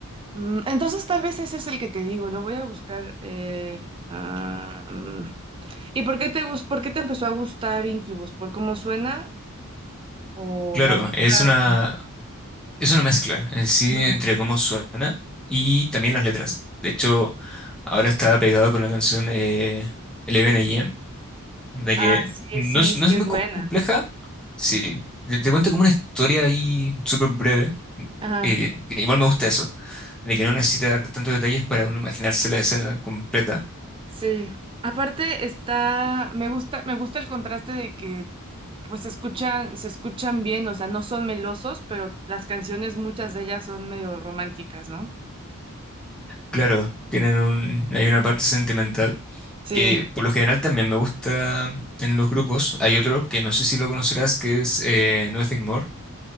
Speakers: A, on the right (about 25°); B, in the centre.
A: Mm, entonces tal vez ese es el que te digo, lo voy a buscar. eh, ah, mm. ¿Y por qué te gus- por qué te empezó a gustar Incubus? ¿Por cómo suena? ¿O
B: Claro,
A: las letras?
B: es una, es una mezcla en sí
A: Mm.
B: entre cómo suena y también las letras. De hecho, ahora está pegado con la canción eh, 11 AM, de
A: Ah,
B: que
A: sí,
B: no
A: sí,
B: es,
A: sí,
B: no es
A: es
B: muy
A: buena.
B: compleja, sí. Te, te cuento como una historia ahí súper breve.
A: Ajá,
B: eh, que igual me gusta eso, de que no necesita dar tantos detalles para uno imaginarse la escena completa.
A: sí. Aparte está, me gusta, me gusta el contraste de que pues se escuchan, se escuchan bien, o sea, no son melosos, pero las canciones, muchas de ellas son medio románticas, ¿no?
B: Claro, tienen un, hay una parte sentimental
A: Sí.
B: que por lo general también me gusta en los grupos. Hay otro que no sé si lo conocerás, que es eh, Nothing More.